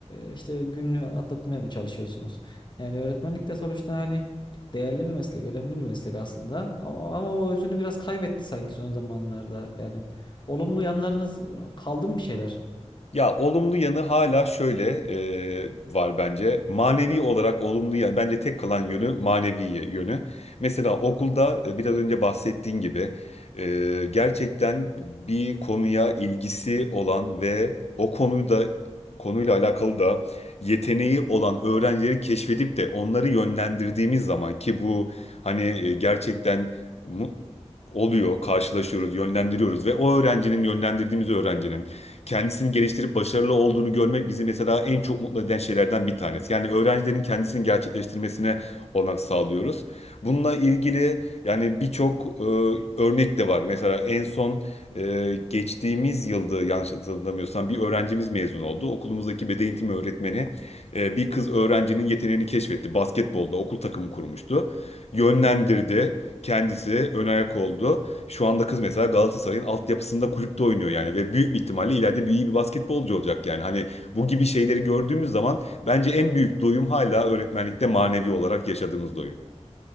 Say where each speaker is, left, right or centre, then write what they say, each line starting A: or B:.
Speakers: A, on the left; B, on the left.
A: e, işte gününü atlatmaya mı çalışıyorsunuz? Yani öğretmenlik de sonuçta hani değerli bir meslek, önemli bir meslek aslında. Ama, ama o özünü biraz kaybetti sanki son zamanlarda. Yani olumlu yanlarınız kaldı mı bir şeyler?
B: Ya olumlu yanı hala şöyle e, var bence. Manevi olarak olumlu yanı bence tek kalan yönü manevi yönü. Mesela okulda e, biraz önce bahsettiğin gibi e, gerçekten bir konuya ilgisi olan ve o konuda konuyla alakalı da yeteneği olan öğrencileri keşfedip de onları yönlendirdiğimiz zaman ki bu hani e, gerçekten mu- oluyor, karşılaşıyoruz, yönlendiriyoruz ve o öğrencinin yönlendirdiğimiz öğrencinin kendisini geliştirip başarılı olduğunu görmek bizi mesela en çok mutlu eden şeylerden bir tanesi. Yani öğrencilerin kendisini gerçekleştirmesine olanak sağlıyoruz. Bununla ilgili yani birçok e, örnek de var. Mesela en son e, geçtiğimiz yılda yanlış hatırlamıyorsam bir öğrencimiz mezun oldu. Okulumuzdaki beden eğitimi öğretmeni e, bir kız öğrencinin yeteneğini keşfetti. Basketbolda okul takımı kurmuştu. Yönlendirdi. Kendisi ön ayak oldu. Şu anda kız mesela Galatasaray'ın altyapısında kulüpte oynuyor yani ve büyük bir ihtimalle ileride bir iyi bir basketbolcu olacak yani. Hani bu gibi şeyleri gördüğümüz zaman bence en büyük doyum hala öğretmenlikte manevi olarak yaşadığımız doyum.